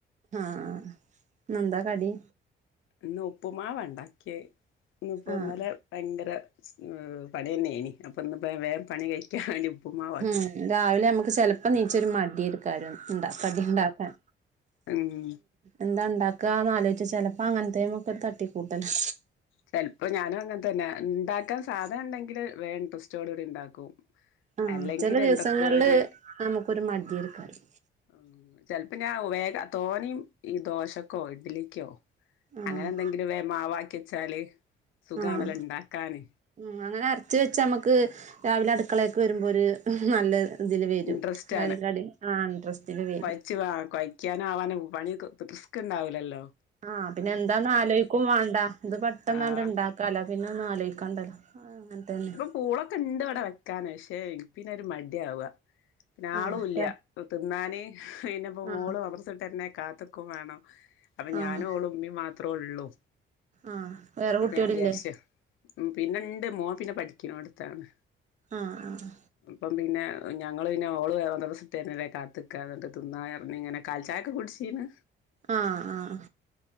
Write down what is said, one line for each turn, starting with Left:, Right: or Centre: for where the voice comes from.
Right: ആഹ് ആഹ് ഇന്ന് എന്താ കടി
Left: ഇന്ന് ഉപ്പുമാവ ഇണ്ടാക്കെ ഇന്ന് പ്പൊ
Right: ആഹ്
Left: ഇന്നലെ ഭയങ്കര ഏഹ് പണിയന്നെണി അപ്പ ഇന്ന്പ്പ വേം പണി കഴി ഞാന് ഉപ്പുമാ
Right: ഉം രാവിലെ നമുക്ക് ചെലപ്പോ നീച്ച ഒരു മടിയെര്ക്കാരം ഉണ്ട കടി ഉണ്ടാക്കാൻ
Left: ഏഹ്മ്
Right: എന്താ ഉണ്ടാക്കന്ന് ആലോയിച്ച് ചെലപ്പോ അങ്ങനത്തേ ഒക്കെ തട്ടിക്കൂട്ടലാ
Left: ചെലപ്പോ ഞാനും അങ്ങനെ തന്ന ഉണ്ടാക്കാൻ സാധനം ഉണ്ടെങ്കില് വേ ഇട്രസ്റ്റോടുകൂടി ഇണ്ടാക്കും
Right: ആഹ്
Left: അല്ലെങ്കിൽ
Right: ചെല ദിവസങ്ങളില്
Left: എന്തൊക്കോ ഒരു
Right: നമുക്കൊരു മടിയെര്ക്കാരം
Left: ഉം ചെലപ്പോ ഞാൻ വേഗ തോനെയും ഈ ദോശക്കോ, ഇഡ്ലിക്യോ
Right: ആഹ്
Left: അങ്ങനെ എന്തെങ്കിലും വെ മാവാക്കി വെച്ചാല് സുഖണെല്ലോ
Right: ആഹ്
Left: ഇണ്ടാക്കാന്
Right: ഉം അങ്ങനെ അരച്ചു വെച്ച നമ്മുക്ക് രാവിലെ അടുക്കളെക്ക് വരുമ്പോ ഒരു നല്ല ഇതില് വരും
Left: ഇൻട്രസ്റ്റ്
Right: <unintelligible> ആ ഇൻട്രസ്റ്റില് വരും
Left: ച്ച് വാ കൊഴയ്ക്ക്യൻ ആവാനു പണി ക് റിസ്കിണ്ടാവില്ലല്ലോ
Right: ആഹ് പിന്നെ എന്താന്ന് ആലോയിക്കും വേണ്ട ഇത് പെട്ടന്നാണ്ട്
Left: ആഹ്
Right: ഇണ്ടാക്കാലോ പിന്നെ ഒന്ന് ആലോയിക്കാണ്ടല്ലോ അങ്ങനെ തന്നെ
Left: പൂളൊക്കെണ്ട് ഇവിടെ വെക്കാന് പക്ഷെ പിന്നെരു മടിയാവ പിന്നെ ആളൂ
Right: ആഹ്
Left: ഇല്ല തിന്നാന് പിന്നപ്പോ
Right: ആഹ്
Left: മോള് മദര്സിറ്റന്നെ കാത്ത്‌ക്കും വേണം അപ്പൊ
Right: ആഹ്
Left: ഞാനു ഓളും ഉമ്മേം മാത്രേ ഒള്ളു
Right: ആഹ് വേറെ
Left: അപ്പൊ
Right: കുട്ടികളില്ലേ
Left: ഞാൻ വിചാരിച്ച് ഉം പിന്നെണ്ട് മോൻ പിന്നെ പഠിക്ക്ണോടുത്താണ്
Right: ആഹ് ആഹ്
Left: ഇപ്പം പിന്നെ ഞങ്ങള് പിന്നെ ഓള് മദ്രസറ്റെര്ണ വരെ കാത്ത്ക്കാ എന്നിട്ട് തിന്നാന്നറഞ് ഇങ്ങനെ കാൽചായക്ക കുടിശീന്
Right: ആഹ് ആഹ്